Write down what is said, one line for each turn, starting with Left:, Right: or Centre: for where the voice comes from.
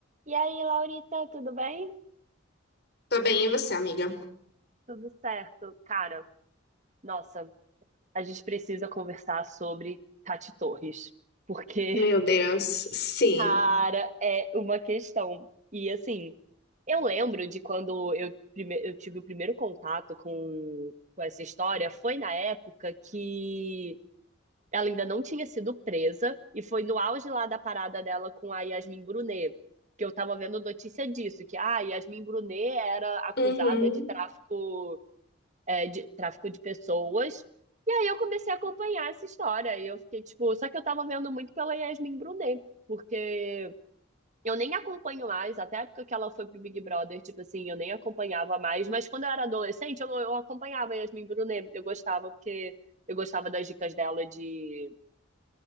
Right: E aí, Laurita, tudo bem?
Left: Tá bem, e você, amiga?
Right: Tudo certo. Cara, nossa, a gente precisa conversar sobre Tati Torres, porque,
Left: Meu Deus, sim.
Right: cara, é uma questão. E assim, eu lembro de quando eu, prime- eu tive o primeiro contato com, com essa história, foi na época que ela ainda não tinha sido presa, e foi no auge lá da parada dela com a Yasmin Brunet. Que eu tava vendo notícia disso, que a Yasmin Brunet era acusada
Left: Uhum,
Right: de tráfico é, de tráfico de pessoas. E aí eu comecei a acompanhar essa história. E eu fiquei, tipo, só que eu tava vendo muito pela Yasmin Brunet, porque eu nem acompanho mais, até a época que ela foi pro Big Brother, tipo assim, eu nem acompanhava mais, mas quando eu era adolescente, eu, eu acompanhava a Yasmin Brunet. Eu gostava, porque eu gostava das dicas dela de,